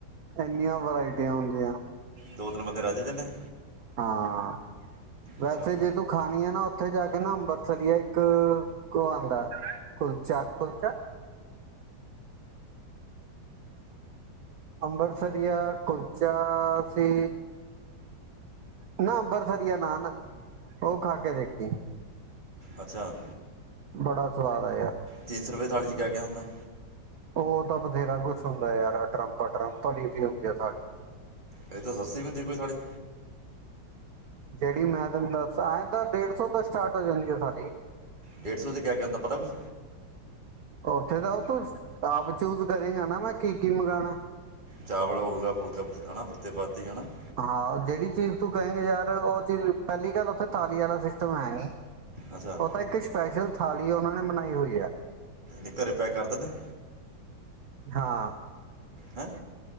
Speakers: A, on the right; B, on the right.
A: ਐਨੀਆਂ ਵਰਾਇਟੀਆਂ ਹੁੰਦੀਆਂ।
B: ਦੋ -ਤਿੰਨ ਬੰਦੇ ਰਜ ਜਾਂਨੇ
A: ਹਾਂ, ਵੈਸੇ
B: ਅੱਛਾ
A: ਜੇ ਤੂੰ ਖਾਣੀ ਏ ਨਾ ਉੱਥੇ ਜਾ ਕੇ ਨਾ ਅੰਬਰਸਰੀਆ ਐ ਇੱਕ ਉਹ ਆਉਂਦਾ ਕੁਲਚਾ, ਕੁਲਚਾ ਅੰਬਰਸਰੀਆ ਕੁਲਚਾ ਸੀ। ਨਾ ਅੰਬਰਸਰੀਆ ਨਾਨ, ਉਹ ਖਾ ਕੇ ਦੇਖੀ
B: ਅੱਛਾ
A: ਬੜਾ ਸਵਾਦ ਆਇਆ।
B: ਤਿੰਨ ਸੌ ਰੁਪਏ ਥਾਲੀ ਕਿਆ-ਕਿਆ ਹੁੰਦਾ?
A: ਉਹ ਤਾਂ ਬਥੇਰਾ ਕੁੱਛ ਹੁੰਦਾ ਐ ਯਾਰ, ਟਰੰਪ, ਟਰੰਪਲੀ ਵੀ ਹੁੰਦੀ ਐ ਥਾਲੀ
B: ਇਹ ਤੋ ਸ਼ਸਤੀ ਵੀ ਹੋਂਦੀ ਕੋਈ ਥਾਲੀ?
A: ਜਿਹੜੀ ਮੈਂ ਤੈਨੂੰ ਦੱਸ, ਐਏਂ ਤਾਂ ਡੇਢ ਸੌ ਤੋਂ ਸਟਾਰਟ ਹੋ ਜਾਂਦੀ ਆ ਥਾਲੀ।
B: ਡੇਢ ਸੌ ਕਿਆ -ਕਿਆ ਹੁੰਦਾ, ਪਤਾ ਕੁਛ?
A: ਉੱਥੇ ਤਾਂ ਤੂੰ ਆਪ ਚੂਜ ਕਰੇਗਾ ਨਾ, ਮੈਂ ਕੀ- ਕੀ ਮੰਗਾਣਾ।
B: ਚਾਵਲ ਹੋਊਗਾ, ਫੁਲਕਾ ਹਨਾ <inaudible>
A: ਹਾਂ, ਜਿਹੜੀ ਚੀਜ਼ ਤੂੰ ਕਹੇਂਗਾ ਯਾਰ ਉਹ ਚੀਜ਼ ਪਹਿਲੀ ਗੱਲ ਉੱਥੇ ਥਾਲੀ ਵਾਲਾ ਸਿਸਟਮ ਹੈ ਨੀਂ।
B: ਅੱਛਾ
A: ਉਹ ਤਾਂ ਇੱਕ ਸਪੈਸ਼ਲ ਥਾਲੀ ਉਹਨਾਂ ਨੇ ਮਨਾਈ ਹੋਈ ਹੈ।
B: ਐ ਘਰੇ ਪੈਂਕ ਕਰ ਦਿੰਨੇ।
A: ਹਾ।
B: ਹੈਂ।